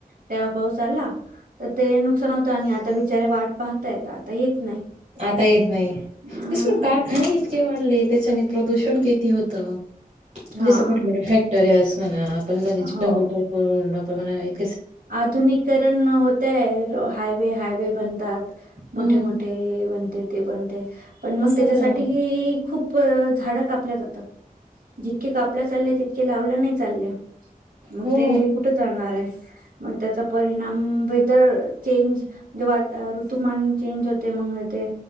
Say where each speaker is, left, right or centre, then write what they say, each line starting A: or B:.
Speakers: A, on the right; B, on the right.
A: तेव्हा पाऊस आला तर ते नुक नुकसान होतं आणि आता बिचारे वाट पाहतायत आता येत नाही.
B: आता येत नाही.
A: हम्म
B: तस पण कारखाने इतके वाढले, त्याच्याने प्रदूषण किती होतं.
A: हा.
B: जसं मोठे-मोठे फॅक्टरीयास. पुण्यात. पण म्हणजे जंगल
A: हो
B: तोड फोडुन. <unintelligible>
A: आधुनिकरण होतय हायवे-हायवे बनतात. मोठे-मोठे
B: हम्म
A: बणते. इथे पण. पण मग
B: तसच
A: त्याच्यासाठी
B: आहे ना
A: खूप झाडं काप. कापल्या जातात, जितके कापल्या चालल्या तितके लावले नाय चालल्या. मग
B: हो
A: ते कुठं जाणार हाय. त्याचा परिणाम वेदर चेंज जेव्हा ऋतुमान चेंज होते, मग ते